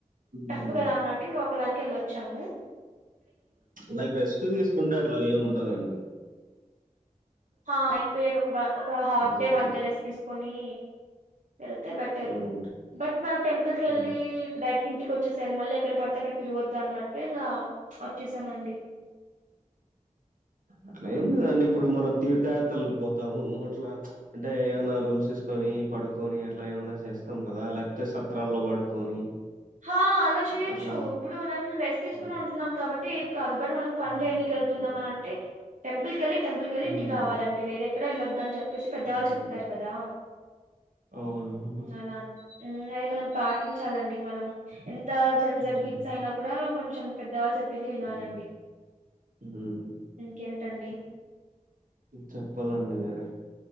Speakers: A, on the right (about 80°); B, on the right (about 65°).
A: హ్మ్.
B: టఫ్ కదా అన్నట్టు ఇంగ ఒకదానికి ఎళ్ళొచ్చాము
A: లైక్ రెస్ట్ తీసుకుంటే అట్లా ఏమి ఉండదండి
B: ఆ అయిపోయక ఒక ఒక half
A: visit
B: day one
A: చేసి
B: day రెస్ట్ తీసుకొని ఎళ్తే బెట్టరు
A: హ్మ్.
B: బట్ మనం టెంపుల్ కెళ్ళి
A: హ్మ్.
B: డై ఇంటికి వచ్చేసేయలి మళ్ళీ ఎక్కడ పడితే అక్కడ తిరగద్దు అన్నట్టు ఇంగా వచ్చేసమండి
A: అట్లా ఏం లేదు లేదండీ ఇప్పుడు మనం తీర్థయాత్రలకు పో పోతము అట్లా అంటే ఏమనా రూమ్స్ తీసుకొని పడుకొని అట్లా ఏమైనా చేస్తాం కదా లేకపోతే సత్రాల్లో పడుకొని
B: ఆ అలా చెయొచ్చు
A: అట్లా
B: ఇప్పుడు మనం రెస్ట్ తీసుకుని
A: హ్మ్.
B: ఉంటున్నాం కాబట్టి ఏం కాదు బట్ మనం ఫన్
A: హ్మ్.
B: చేయనికి ఎళ్తున్నాం
A: హ్మ్.
B: అంటే టెంపుల్ కెళ్ళి టెంపుల్ కెళ్ళి
A: హ్మ్.
B: ఇంటికి రావాలండి వేరేక్కడ ఎల్లదు అన్ చెప్పేసి పెద్దవాళ్ళు
A: హ్మ్.
B: చెప్తారు కదా
A: అవునవును.
B: అలానే హుమ్ అయి మనం పాటించాలండి మనం ఎన్ ఎంత జెం
A: హ్మ్.
B: జెట్ కిడ్స్ అయినా కూడా కొంచెం పెద్దవాళ్ళు చెప్పింది వినాలండి
A: హ్మ్. హ్మ్.
B: ఇంకేంటండి
A: చెప్పాలండి మీరే.